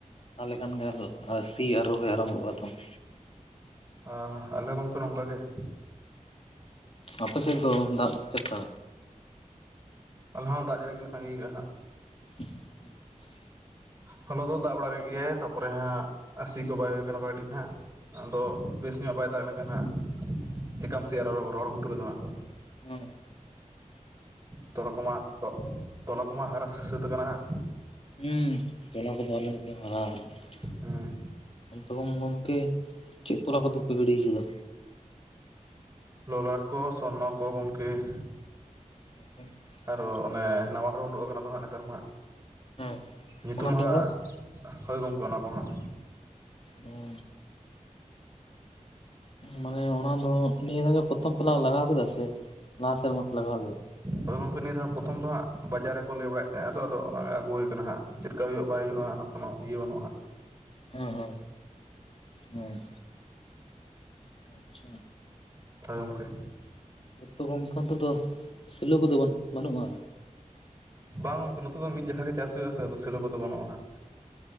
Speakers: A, on the left; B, on the right.
A: ᱛᱟᱦᱚᱞᱮ ᱠᱷᱟᱱ ᱜᱮ ᱥᱤ ᱟᱨ ᱨᱚᱦᱚᱭ ᱟᱨᱟᱢᱵᱷᱚᱜᱼᱟ ᱛᱚ ᱾
B: ᱚ ᱟᱞᱮ ᱜᱚᱝᱠᱮ ᱱᱚᱝᱠᱟ ᱜᱮ ᱾
A: ᱟᱯᱮ ᱥᱮᱫ ᱫᱚ ᱫᱟᱜ ᱪᱮᱞᱮᱠᱟ?
B: ᱟᱞᱮ ᱦᱚᱸ ᱫᱟᱜ ᱡᱟᱹᱲᱤ ᱜᱮᱞᱮ ᱛᱟᱸᱜᱤ ᱟᱠᱟᱜ ᱦᱟᱜ
A: <inaudible>
B: ᱦᱚᱞᱟ ᱫᱚ ᱫᱟᱜ ᱵᱟᱲᱟ ᱠᱮ ᱜᱮᱭᱟᱭ ᱛᱟᱯᱚᱨᱮ ᱦᱟᱸᱜ ᱥᱤ ᱠᱚ ᱵᱟᱭ ᱦᱩᱭ ᱟᱠᱟᱱᱟ ᱵᱷᱟᱹᱜᱤ ᱴᱷᱤᱠ ᱦᱟᱸᱜ ᱾ ᱟᱫᱚ ᱵᱮᱥ ᱧᱚᱜ ᱵᱟᱭ ᱫᱟᱜᱼᱟᱜ ᱞᱮᱱ ᱠᱷᱟᱱ ᱦᱟᱸᱜ ᱪᱤᱠᱟᱹᱢ ᱥᱮᱭᱟ ᱨᱚᱦᱚᱲ ᱨᱚᱦᱚᱲ ᱜᱷᱩᱴᱩ ᱨᱮ ᱫᱚ ᱦᱟᱸᱜ
A: ᱦᱮᱸ᱾
B: ᱛᱚᱞᱟ ᱠᱚᱢᱟ ᱛᱚ ᱛᱚᱞᱟ ᱠᱚᱢᱟ ᱦᱟᱨᱟ ᱥᱟᱹᱛ ᱠᱟᱱᱟ ᱦᱟᱸᱜ
A: ᱦᱩᱸ ᱛᱚᱞᱟ ᱠᱚᱫᱚ ᱟᱞᱮ ᱢᱤᱫᱛᱮ ᱦᱟᱨᱟ ᱟᱠᱟᱱᱟ
B: ᱦᱮᱸ
A: ᱾ ᱟᱫᱚ ᱜᱚᱝᱠᱮ ᱪᱮᱫ ᱛᱚᱞᱟ ᱠᱚᱫᱚ ᱯᱮ ᱜᱤᱲᱤ ᱠᱟᱫᱟ?
B: ᱞᱚᱞᱟᱴ ᱠᱚ ᱥᱚᱨᱱᱚ ᱠᱚ ᱜᱚᱝᱠᱮ ᱾
A: <unintelligible>
B: ᱚ ᱚᱱᱮ ᱱᱟᱣᱟ ᱦᱩᱲᱩ ᱩᱰᱩᱠ ᱟᱠᱟᱱᱟ ᱫᱚ ᱦᱟᱸᱜ ᱱᱮᱛᱟᱨ ᱢᱟ ᱦᱟᱸᱜ
A: ᱦᱮᱸ
B: ᱧᱩᱛᱩᱢ
A: ᱚᱱᱟ ᱯᱮ
B: ᱦᱟᱸᱜ
A: ᱞᱟᱜᱟᱣ
B: ᱦᱚᱭ ᱜᱚᱢᱠᱮ ᱚᱱᱟ ᱠᱚᱦᱟᱜ
A: ᱩᱸ ᱢᱟᱱᱮ ᱚᱱᱟ ᱫᱚ ᱱᱤᱭᱟᱹ ᱫᱷᱟᱣ ᱜᱮ ᱯᱚᱛᱷᱚᱢ ᱯᱮ ᱞᱟᱜᱟᱣ ᱠᱮᱫᱟ ᱥᱮ ᱞᱟᱦᱟ ᱥᱮᱨᱢᱟ ᱯᱮ ᱞᱟᱜᱟᱣ ᱞᱮᱜᱟ
B: ᱦᱳᱭ ᱜᱚᱝᱠᱮ ᱱᱤᱭᱟᱹ ᱫᱷᱟ ᱯᱚᱛᱷᱚᱢ ᱫᱚ ᱦᱟᱸᱜ ᱵᱟᱡᱟᱨ ᱨᱮᱠᱚ ᱞᱟᱹᱭ ᱵᱟᱲᱟᱭᱮᱫ ᱛᱟᱦᱮᱸᱼᱟ ᱛᱚ ᱟᱫᱚ ᱚᱱᱟ ᱟᱜᱩ ᱦᱚᱹᱭ ᱟᱠᱟᱱᱟ ᱪᱮᱫᱠᱟ ᱦᱩᱭᱩᱜᱼᱟ ᱵᱟᱭ ᱦᱩᱭᱩᱜᱼᱟ ᱚᱱᱟ ᱠᱳᱱᱳ ᱤᱭᱟᱹ ᱵᱟᱹᱱᱩᱜᱼᱟ ᱦᱟᱸᱜ
A: ᱦᱮᱸ ᱦᱮᱸ ᱦᱮᱸ ᱟᱪᱪᱷᱟ
B: ᱦᱳᱭ ᱜᱚᱝᱠᱮ
A: ᱮᱛᱳ ᱜᱚᱝᱠᱮ ᱚᱱᱛᱮ ᱫᱚ ᱥᱮᱞᱳ ᱠᱚᱫᱚ ᱵᱟᱱ ᱵᱟᱹᱱᱩᱜᱼᱟ
B: ᱵᱟᱝ ᱜᱚᱝᱠᱮ ᱱᱚᱛᱮ ᱫᱚ ᱢᱤᱫ ᱡᱟᱠᱷᱟ ᱜᱮ ᱪᱟᱥ ᱦᱩᱭᱩᱜ ᱟᱥᱮ ᱟᱫᱚ ᱥᱮᱞᱚ ᱠᱚᱫᱚ ᱵᱟᱹᱱᱩᱜᱼᱟ ᱦᱟᱸᱜ